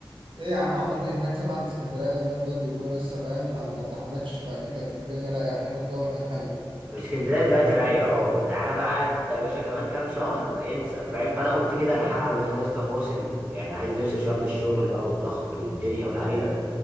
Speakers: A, on the right (about 80°); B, on the right (about 15°).
A: ايه يا عم عملت ايه هناك سامع ان اسكندرية اليومين دول بيكونوا لسه فاهم ما ما اتزحمتش فاكيد كانت الدنيا رايقة هناك والجو هناك حلو.
B: اسكندريه دلوقتي رايقه اهو تعالى بقى انت يا باشا كمان كام شهر انسى فاهم فانا قلت كده الحقها
A: <laughs>
B: الواحد يا اسطى فاصل يعني عايز يفصل شويه من الشغل بقى والضغط والدنيا والهري ده